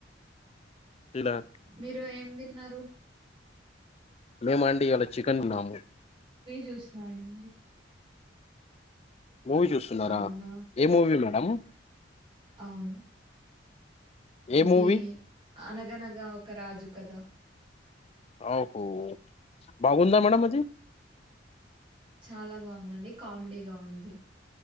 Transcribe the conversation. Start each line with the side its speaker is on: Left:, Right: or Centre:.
Left: ఇలా
Right: మీరు ఏమిది న్నరు
Left: మేముండి ఇళ చికెన్న్నాము
Right: చూస్తున్నా అండి
Left: మూవీ చూస్తున్నారా
Right: అవునా
Left: ఏ మూవీలో నవు
Right: అవును
Left: ఏ
Right: ఇది
Left: మూవీ
Right: అనగనగా ఒక రాజు కదా
Left: ఓహో బాగుందా మేడం అది
Right: చాలా బాగుందండి కామెడీగా ఉంది